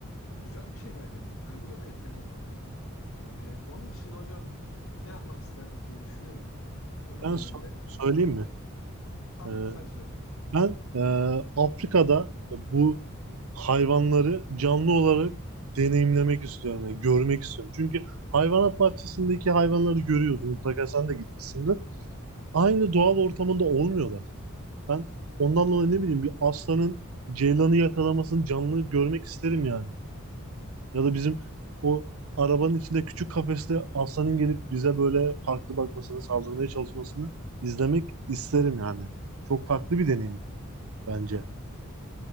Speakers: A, on the left (about 75°); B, on the right (about 85°).
A: güzel bir şey bence bu. Hani bu da bir etken olmalı bence. E, onun dışında hocam ne yapmak isterdik diye düşünüyorum. Ölmeden
B: Ben so-
A: önce.
B: söyleyeyim mi?
A: e, Tabii
B: E,
A: sen söyle.
B: Ben e, Afrika'da bu hayvanları canlı olarak deneyimlemek istiyorum, yani görmek istiyorum. Çünkü hayvanat bahçesindeki hayvanları görüyoruz. Mutlaka sen de gitmişsindir. Aynı doğal ortamında olmuyorlar. Ben ondan dolayı ne bileyim bir aslanın ceylanı yakalamasını canlı görmek isterim yani. Ya da bizim o arabanın içinde küçük kafeste aslanın gelip bize böyle farklı bakmasını, saldırmaya çalışmasını izlemek isterim yani. Çok farklı bir deneyim bence.